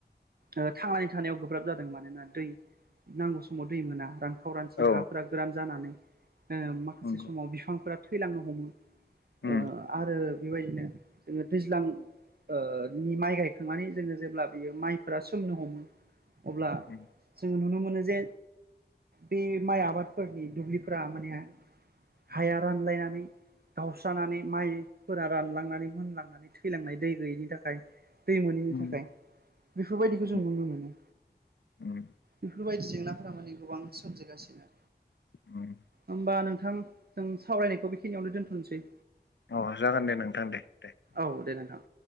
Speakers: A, on the right; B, on the left.
A: ओ थांनानै थानायाव गोब्राब जादों मानोना दै नांगौ समाव दै मोना रां खावरानथि
B: औ
A: हाफोरा गोरान जानानै ओ माखासे
B: नंगौ
A: समाव बिफांफोरा थैलांनो हमो
B: उम
A: ओ आरो बेबायदिनो जोङो दैज्लां ओ नि माइ गायखांनानै जोङो जेब्ला बियो माइफोरा सोमनो हमो अब्ला
B: उम
A: जोङो नुनो मोनो जे बे माइ आबादफोरनि दुब्लिफोरा माने हाया रानलायनानै गावस्रानानै माइफोरा रानलांनानै मोनलांनानै थैलांनाय दै गैयैनि थाखाय दै मोनैनि
B: उम
A: थाखाय बेफोरबायदिखौ
B: उम
A: जों नुनो मोनो
B: उम
A: बेफोरबायदि जेंनाफोरा माने गोबां सोमजिगासिनो
B: उम
A: होमबा नोंथां जों सावरायनायखौ बेखिनियावनो दोनथ'नसै
B: अ जागोन दे नोंथां दे दे
A: औ दे नोनथां